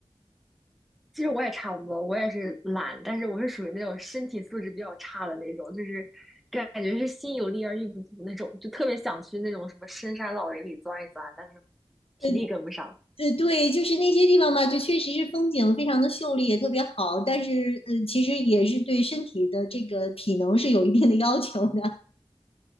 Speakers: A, in the centre; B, on the left.
A: 其实我也差不多，我也是懒，但是我是属于那种身体素质比较差的那种，就是感觉是心有力而力不足那种，就特别想去那种什么深山老林里钻一钻，但是体力跟不上。
B: 呃呃，对，就是那些地方吧，就确实是风景非常的秀丽，也特别好，但是呃，其实也是对身体的这个体能是有一定的要求的。